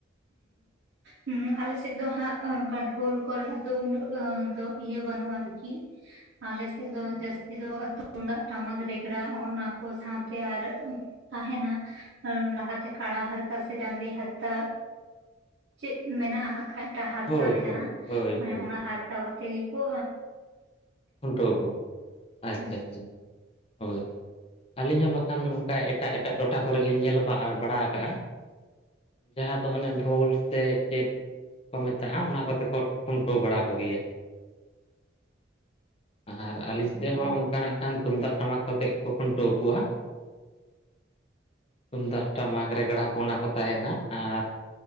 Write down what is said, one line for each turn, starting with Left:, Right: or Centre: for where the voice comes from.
Right: ᱦᱮᱸ ᱟᱞᱮ ᱥᱮᱫ ᱫᱚ ᱦᱟᱸᱜ ᱚᱱᱠᱟ ᱰᱷᱳᱞ ᱠᱚᱨᱮᱱᱟᱜ ᱫᱚ ᱩᱱᱟᱹᱜ ᱫᱚ ᱤᱭᱟᱹ ᱵᱟᱹᱱᱩᱜᱼᱟ ᱟᱨᱠᱤ᱾
Left: <unintelligible>
Right: ᱟᱞᱮᱥᱮᱫ ᱫᱚ ᱡᱟᱹᱥ ᱛᱤ ᱛᱩᱢᱫᱟᱜ ᱴᱟᱢᱟᱠ ᱨᱮᱜᱽᱲᱟ ᱚᱱᱟ ᱠᱚ ᱥᱟᱶᱛᱮ ᱟᱨ ᱛᱟᱦᱮᱱᱟ᱾ ᱞᱟᱦᱟᱛᱮ ᱠᱟᱲᱟ ᱦᱟᱨᱛᱟ ᱥᱮ ᱰᱟᱝᱨᱤ ᱦᱟᱨᱛᱟ ᱪᱮᱫ ᱢᱮᱱᱟᱜᱼᱟ ᱦᱟᱸᱜ ᱠᱷᱟᱱ ᱢᱤᱫᱴᱟᱜ ᱦᱟᱨᱛᱟ
Left: ᱦᱳᱭ
Right: ᱢᱮᱱᱟᱜᱼᱟ᱾
Left: ᱦᱳᱭ ᱦᱳᱭ
Right: ᱚᱱᱮ
Left: ᱦᱳᱭ
Right: ᱚᱱᱟ ᱦᱟᱨᱛᱟ ᱠᱚᱛᱮ ᱜᱮᱠᱚ
Left: ᱠᱷᱩᱱᱴᱟᱹᱣ ᱠᱚᱣᱟ ᱟᱪᱪᱷᱟ
Right: ᱦᱮᱸ
Left: ᱟᱪᱪᱷᱟ ᱦᱳᱭ ᱟᱹᱞᱤᱧ ᱦᱚᱸ ᱵᱟᱠᱷᱟᱱ ᱚᱱᱠᱟ ᱮᱴᱟᱜ ᱮᱴᱟᱜ ᱴᱚᱴᱷᱟ ᱠᱚᱨᱮ ᱞᱤᱧ ᱧᱮᱞ ᱵᱟ ᱵᱟᱲᱟ ᱠᱟᱜᱼᱟ᱾ ᱡᱟᱦᱟᱸ ᱫᱚ ᱚᱱᱮ ᱰᱷᱳᱞ ᱥᱮ ᱪᱮᱫ ᱠᱚ ᱢᱮᱛᱟᱜᱼᱟ? ᱚᱱᱟ ᱠᱚᱛᱮ ᱠᱚ ᱠᱷᱩᱱᱴᱟᱹᱣ ᱵᱟᱲᱟ ᱠᱚᱜᱮᱭᱟ᱾ ᱟᱨ ᱟᱹᱞᱤᱧ
Right: ᱦᱩᱸ
Left: ᱥᱮᱫ ᱦᱚᱸ ᱚᱱᱠᱟ ᱱᱟᱜᱠᱷᱟᱱ ᱛᱩᱢᱫᱟᱜ ᱴᱟᱢᱟᱠ ᱠᱚᱛᱮᱫ ᱜᱮᱠᱚ ᱠᱷᱩᱱᱴᱟᱹᱣ ᱠᱚᱣᱟ᱾ ᱛᱩᱢᱫᱟᱜ ᱴᱟᱢᱟᱠ ᱨᱮᱜᱽᱲᱟ ᱠᱚ ᱚᱱᱟ ᱠᱚ ᱛᱟᱦᱮᱸᱱᱟ ᱟᱨ